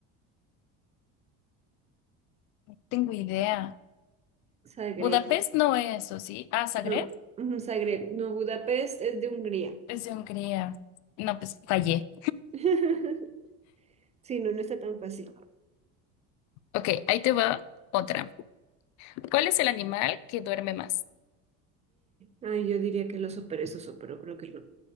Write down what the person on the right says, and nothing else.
Zagreb,
no, ujú, Zagreb, no, Budapest es de Hungría.
<laughs> Sí, no, no está tan fácil.
Ay, yo diría que lo superé, eso so- pero creo que no.